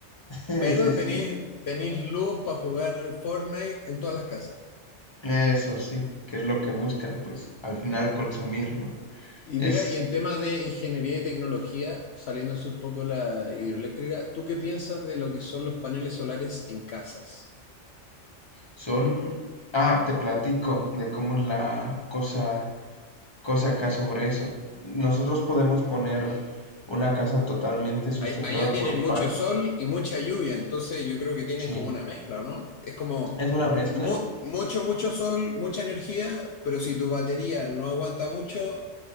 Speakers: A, on the left; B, on the left.
A: <laughs> sí,
B: Pero
A: sí, sí.
B: tenéis, tenéis luz para jugar Fortnite en todas las casas.
A: Eso sí, que es lo que buscan pues al final consumir, ¿no?
B: Y
A: Es
B: mira, y en temas de ingeniería y tecnología, saliéndose un poco la hidroeléctrica, ¿tú qué piensas de lo que son los paneles solares en casas?
A: son ah, te platico de cómo es la cosa cosa acá sobre eso. Nosotros podemos poner una casa totalmente sustentada
B: Allá tienen
A: por
B: mucho
A: pan.
B: sol y mucha lluvia, entonces yo creo que tienen
A: Sí,
B: como una mezcla, ¿no? Es como
A: es una mezcla
B: mu- mucho, mucho sol, mucha energía, pero si tu batería no aguanta mucho,